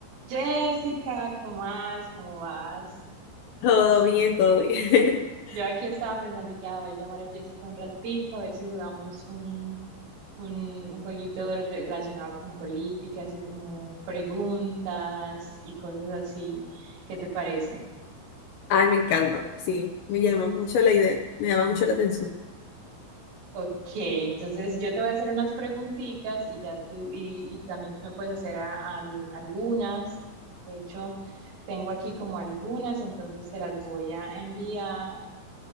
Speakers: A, on the right; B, on the left.
A: Jessica, ¿qué más? ¿Cómo vas?
B: Todo bien, todo bien. <laughs>
A: Yo aquí estaba pensando y que ah, voy a ver, llamar a Jessica un ratico, a ver si jugamos un, un, un jueguito relacionado con política, así como preguntas y cosas así. ¿Qué te parece?
B: Ay, me encanta. Sí, me llama mucho la idea. Me llama mucho la atención.
A: Ok, entonces yo te voy a hacer unas preguntitas y ya tú, y, y también tú me puedes hacer a- al- algunas. De hecho, tengo aquí como algunas, entonces te las voy a enviar.